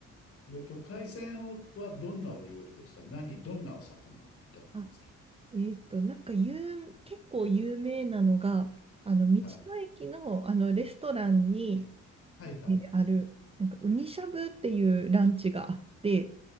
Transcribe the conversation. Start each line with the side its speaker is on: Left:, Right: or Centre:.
Left: えっと、海鮮をはどんなお料理でした何、どんなお魚だったんですか
Right: あ、えっと、なんか有、結構有名なのが、あの、道の駅の、
Left: はい。
Right: あの、レストランに
Left: はいはい。
Right: えある、なんか、ウニしゃぶっていうランチがあって、